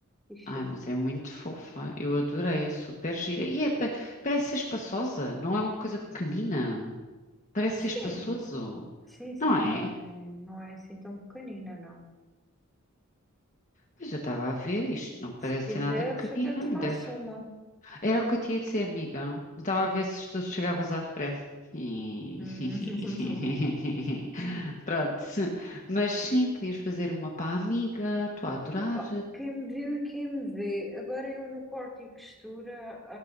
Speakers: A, in the centre; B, on the left.
A: E chique.
B: Ah, mas é muito fofa. Eu adorei. É super gira. E é, pa- parece ser espaçosa. Não é uma coisa pequenina. Parece
A: Sim.
B: ser espaçoso,
A: Sim, sim,
B: não é?
A: não é, não é assim tão pequenina, não.
B: Pois eu estava a ver isto, não parece
A: Se quiseres,
B: ser nada pequenino
A: até te
B: ainda.
A: faço uma.
B: é, Era o que eu te ia dizer, amiga. Eu Estava a ver se tu chegavas à frente. <laughs>
A: Hum. <laughs>
B: Pronto, mas sim, podias fazer uma para a amiga, estou a adorar.
A: Opa, quem me viu e quem me vê. Agora eu no corte e costura,